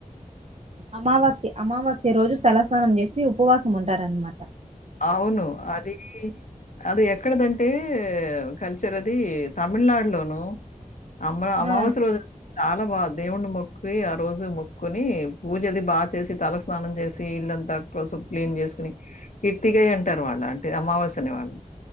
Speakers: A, on the right; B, on the left.
A: అమావాస్య అమావాస్య రోజు తలస్నానం జేశి ఉపవాసం ఉంటరన్మాట.
B: అవును అది అది ఎక్కడిదంటే. కల్చర్ అది తమిళనాడులోనూ. అమ అమావాస్య
A: ఆ
B: రోజు చాలా బాగుం. దేవున్నీ మొక్కి ఆ రోజు మొక్కుని పూజది బాగా చేసి తల స్నానం జేసి ఇల్లంతా తోస్. క్లీన్ జెస్కోని ఎత్తిగయి అంటారు వాళ్ళ అంటే అమావాస్యని వాళ్ళు.